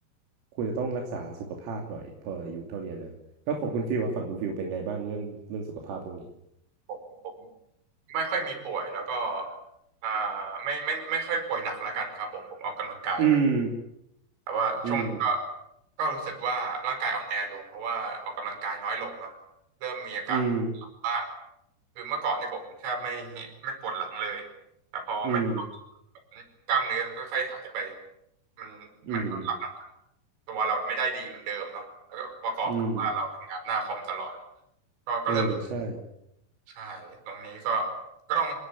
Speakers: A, on the right; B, on the right.
A: ควรจะต้องรักษาสุขภาพหน่อยพออายุเท่าเนี้ยเนอะก็ของคุณฟิลว่าฝั่งคุณฟิลเป็นไงบ้างเรื่องเรื่องสุขภาพพวกนี้
B: ผมผม ไม่ค่อยมีป่วยแล้วก็อ่าไม่ไม่ไม่ค่อยป่วยหนักแล้วกันครับผมผมออกกำลังกาย
A: อืม
B: แต่ว่าช่วงนี้ก็
A: อืม
B: ก็รู้สึกว่าร่างกายอ่อนแอลงเพราะว่าออกกำลังกายน้อยลงเนาะเริ่มมีอาการหลังบ้าง
A: อืม
B: คือเมื่อก่อนเนี่ยผมแทบไม่ไม่ปวดหลังเลยแต่พอไม่ได้ออก
A: อืม
B: กล้ามเนื้อมันค่อยๆหายไปมันมันก็รับน้ำหนัก
A: อืม
B: ตัวเราไม่ได้ดีเหมือนเดิมเนาะแล้วก็ประกอบกับว่าเราทำงานหน้าคอมตลอด
A: อืม
B: ก็ก็เริ่ม
A: เออใช่
B: ใช่ตรงนี้ก็ก็ต้อง